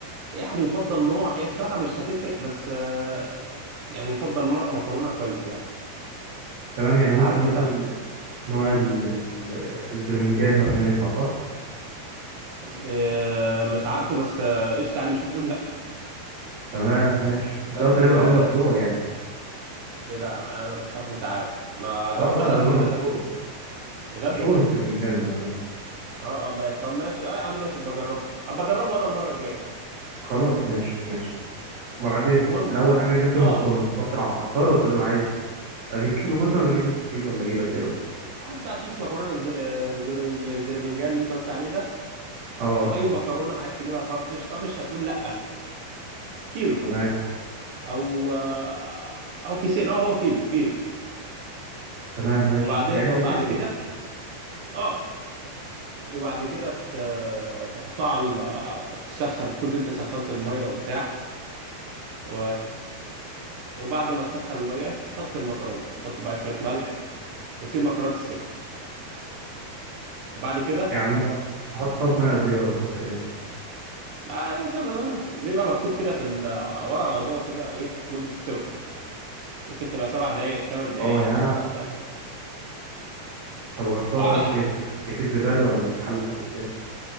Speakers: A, on the right; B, on the right.
A: يعني يفضل نوع هي بصراحه مش هتفرق بس آه، يعني يفضل نوع مكرونه كويس يعني
B: تمام يعني
A: مش
B: ممكن
A: عارف
B: مثلا
A: بصراحه
B: نوع
A: امم
B: ال... ال... الزرمنجان مثلا ينفع صح
A: إيه مش عارفه بس آه، قشطه يعني مش هتقول لا
B: تمام ماشي بس
A: بس
B: ده تقريبا
A: آه،
B: انضف نوع يعني
A: ايه ده انا بصراحه مش عارف ما جربتوش
B: اه لا
A: قبل
B: ده نوع
A: كده
B: مشهور
A: ده بجد
B: مشهور
A: والله
B: الزربنجان ده
A: اه اه ماشي طب ماشي اه يا عم ماشي بجربه ابقى اجربه انا المره الجايه
B: خلاص ماشي ماشي وبعدين
A: المهم
B: انا اول حاجه جبت
A: اه
B: المكرونه رحت العطار قلت له انا عايز اجيب كيلو مثلا ولا اجيب نص كيلو ولا اجيب قد ايه بقى
A: هات بقى كيس مكرونه الز- آه، زبرنج آه، الزربنجال اللي انت قلت عليه ده
B: اه
A: او اي مكرونه عايز تجيبها فرط قشطه مش هتقول لا كيلو
B: تمام
A: او آه، او كيسين اه هو كيلو كيلو
B: تمام ماشي
A: وبعد
B: يعني
A: وبعد
B: هجيب
A: كده
B: كيلو
A: اه وبعد كده ت- تحطها على ال- تسخن كنت انت سخنت الميه وبتاع و... وبعد ما تسخن الميه تحط المكرونه تحط بقى شويه ملح وتسيب المكرونه تتسلق وبعد كده
B: يعني
A: بت...
B: انا بحط طب ميه قد ايه ولا بحط ايه
A: لا، مثلا بيبقى مكتوب كده في ال... ورا العبوه كده ايه مده السوق ممكن تبقى سبع دقائق ثمان دقائق
B: اه يعني أنا-
A: فاهم
B: طب اصلها
A: اه
B: بقى
A: على
B: في
A: حق
B: ايه في كيس زباله ولا في حله ولا في ايه